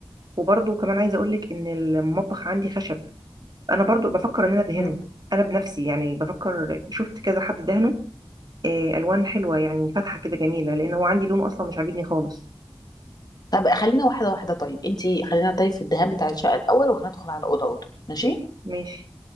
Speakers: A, on the right; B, on the left.
A: وبرضه كمان عايزه اقول لك ان المطبخ عندي خشب انا برضه بفكر ان انا ادهنه
B: مم.
A: انا بنفسي يعني بفكر شفت كذا حد دهنه آه، الوان حلوه يعني فاتحه كده جميله لان هو عندي لون اصلا مش عاجبني خالص
B: طب خلينا واحدة واحدة طيب انتي خلينا طيب في الدهان بتاع الشقة الأول وهندخل على أوضة أوضة ماشي
A: ماشي